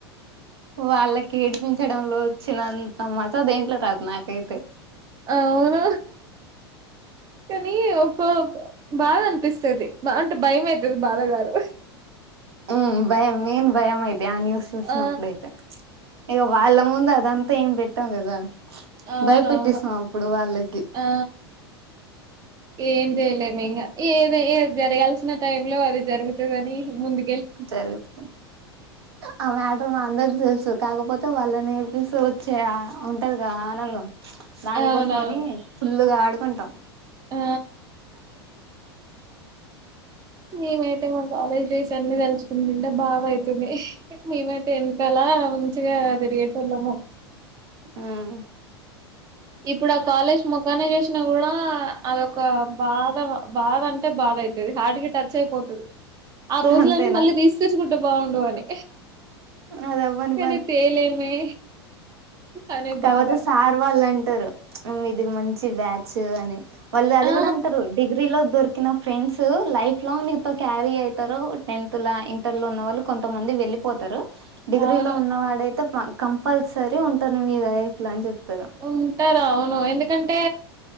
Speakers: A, on the right; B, on the right.
A: వాళ్ళకి ఏడిపించడంలో వచ్చినం ఆ మజా దేంట్లో రాదు నాకైతే
B: అవును కానీ ఒ బాగా అనిపిస్తది అంటే భయం అయితుది బాధ గాదు
A: మ్మ్ భయం ఏన్ భయం అయిది ఆ న్యూస్ చూసినప్పుడైతే
B: ఆ
A: ఇగ వాళ్ళ ముందు అదంతా ఏం పెట్టం గదా
B: అవునవును
A: భయపెట్టిస్తం అప్పుడు వాళ్ళకి
B: ఆ ఏం చేయలేమింగ ఏద్ ఏద్ జరగాల్సిన టైం లో అది జరుగుతుదని ముందు
A: జరుగుతు ఆ మ్యాటర్ మా అందరికి తెలుసు కాకపోతే వాళ్ళు నేర్పిస్తే వచ్చే ఆ ఉంటదిగా ఆనందం దాని
B: అవునవును
A: కోసం అని ఫుల్లుగా ఆడుకుంటాం
B: ఆ మేమైతే మా కాలేజ్ డేస్ అన్ని తలుచుకుంటుంటే బాబైతుంది మేమైతే ఎంతలా మంచిగా అదిరేపల్లమో
A: మ్మ్
B: ఇప్పుడా కాలేజ్ మొఖాన్ని చూసినా గుడా అదొక బాధ బాధ అంటే బాధ అయితది హార్ట్కి టచ్ అయిపోతుది ఆ రోజులన్నీ
A: అంతేనా
B: మళ్ళీ తీస్ తెచ్చుకుంటే బాగుండు అని
A: అది అవ్వని
B: కానీ తేలేమే అనే
A: కావోతే
B: బాధ
A: సార్ వాల్లన్ టరు ఇది మంచి బ్యాచ్ అని వాళ్ళు అది
B: ఆ
A: గుడా అంటారు డిగ్రీలో దొ నా ఫ్రెండ్స్ లైఫ్ లాంగ్ నీతో క్యారీ అయితారు టెన్త్ లా ఇంటర్ లో ఉన్న వాళ్ళు కొంతమంది వెళ్ళి పోతరు డిగ్రీలో
B: అవును
A: ఉన్నవాడైతే కంపల్సరీ ఉంటారు మీ లైఫ్ లో అని చెప్తరు
B: ఉంటారు అవును ఎందుకంటే